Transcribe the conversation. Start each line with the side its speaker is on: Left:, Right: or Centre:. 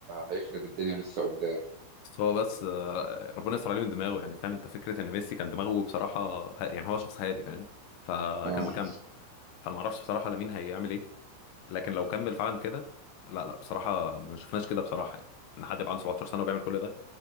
Right: هيخرب الدنيا لسه قدام
Left: بس هو بس آه، ربنا يستر عليه من دماغه يعني فاهم انت فكره ان ميسي كان دماغه بصراحه ه- يعني هو شخص هادي فاهم فكان
Right: اه
Left: مكمل فانا ما اعرفش بصراحه لامين هيعمل ايه لكن لو كمل فعلا كده لا لا بصراحه ما شفناش كده بصراحه يعني ان حد يبقى عنده 17 سنه وبيعمل كل ده